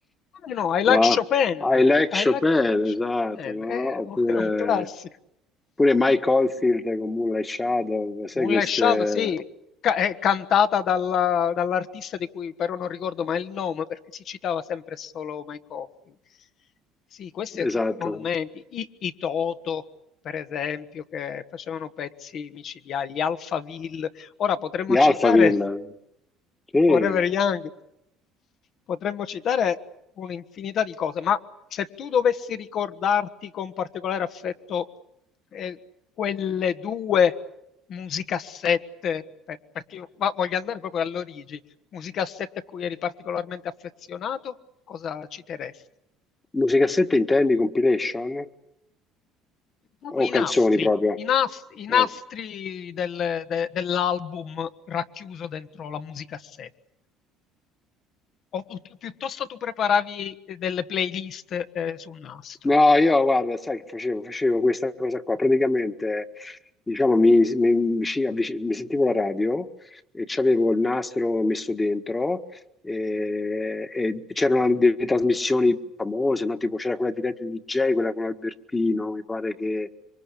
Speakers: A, on the left; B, on the left.
A: No, no, I like
B: No?
A: Chopin.
B: I like
A: I
B: Chopin,
A: like Chopin,
B: esatto, no?
A: è
B: Oppure,
A: un classico.
B: oppure Mike Oldfield con Moonlight Shadow, sai
A: Moonlight
B: queste,
A: Shadow, sì, ca- è cantata dalla- dall'artista di cui però non ricordo mai il nome perché si citava sempre solo Mike Oldfield. Sì, questi
B: esatto,
A: monumenti, i, i Toto, per esempio, che facevano pezzi micidiali, gli Alphaville Ora potremmo
B: di
A: citare
B: Alphaville, sì,
A: Forever Young, potremmo citare un'infinità di cose, ma se tu dovessi ricordarti con particolare affetto eh, quelle due musicassette, per- perché io va- voglio andare proprio all'origine, musicassette a cui eri particolarmente affezionato, cosa citeresti?
B: musicassette intendi compilation
A: Proprio
B: o
A: i
B: canzoni
A: nastri,
B: proprio?
A: i nas- i
B: Eh.
A: nastri del- de- dell'album racchiuso dentro la musicassetta. O, o tu- piuttosto tu preparavi eh, delle playlist eh, sul nastro.
B: No, io guarda, sai che facevo? Facevo questa cosa qua, praticamente, diciamo, mi, mi- mi ci avvic- mi sentivo la radio e c'avevo il nastro messo dentro e, e c'erano delle trasmissioni famose, no? Tipo c'era quella di Lady DJ, quella con Albertino, mi pare che